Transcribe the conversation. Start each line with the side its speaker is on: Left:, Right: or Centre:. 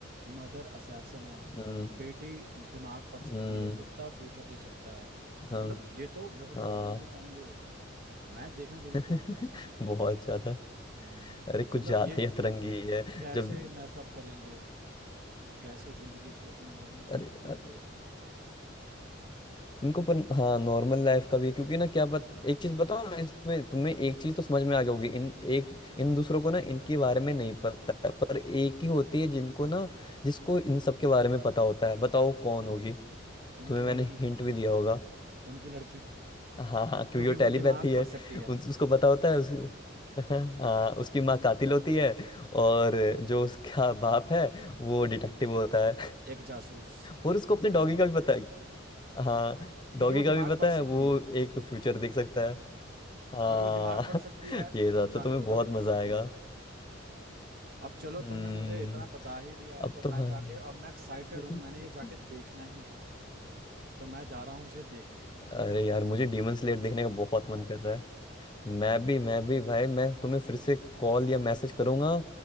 Right: मदर असैसिन है
Left: हम्म
Right: बेटी दिमाग पढ़ सकती
Left: हम्म
Right: है कुत्ता फ्यूचर दे सकता है मतलब
Left: हम,
Right: ये तो बहुत
Left: हाँ
Right: ही अतरंगी फैमिली होगी मैं देखना जरूर
Left: <laughs>
Right: चाहूंगा इसे
Left: बहुत ज्यादा
Right: हम्म,
Left: अरे कुछ
Right: मतलब
Left: ज्यादा
Right: ये
Left: ही अतरंगी है
Right: कैसे
Left: जब
Right: मैसअप करेंगे कैसे जिंदगी अपनी नॉर्मल लाइफ
Left: अरे
Right: जिएंगे
Left: अ, इनको पर हाँ नॉर्मल लाइफ का भी है क्योंकि ना क्या बात एक चीज बताओ ना इसमें तुम्हें एक चीज तो समझ में आ गई होगी इन एक इन दूसरों को ना इनके बारे में नहीं पता है, पर एक ही होती है जिनको ना जिसको इन सब के बारे में पता होता है बताओ कौन होगी
Right: उनकी
Left: तुम्हें
Right: लड़की
Left: मैंने हिंट भी दिया होगा
Right: उनकी लड़की
Left: हाँ हाँ क्योंकि
Right: क्योंकि
Left: वो
Right: वो
Left: टेलीपैथी
Right: दिमाग
Left: है
Right: पढ़ सकती है
Left: उस, उसको पता होता है उस, <laughs> हाँ उसकी माँ कातिल होती है और जो उसका बाप है वो डिटेक्टिव होता है
Right: एक जासूस
Left: और उसको अपने डॉगी का भी पता है हाँ डॉगी
Right: क्योंकि वो दिमाग
Left: का भी पता
Right: पढ़
Left: है
Right: सकती
Left: वो
Right: है
Left: एक फ्यूचर देख सकता है हाँ
Right: क्योंकि वो दिमाग पढ़ सकती
Left: <laughs>
Right: है
Left: ये
Right: तो वो
Left: था तो
Right: जानवरों
Left: तुम्हें बहुत
Right: का भी
Left: मजा
Right: पढ़ सकती
Left: आएगा
Right: होगी अब चलो
Left: हम्म
Right: तुमने मुझे इतना बता ही दिया है
Left: अब
Right: तो
Left: तो
Right: मैं
Left: भाई
Right: जाके अब मैं एक्साइटेड
Left: <laughs>
Right: हूँ मैंने ये जाके देखना ही है तो मैं जा रहा हूँ इसे देखने
Left: अरे यार मुझे डीमन स्लेयर देखने का बहुत मन कर रहा है मैं भी मैं भी भाई मैं तुम्हें फिर से कॉल या मैसेज करूंगा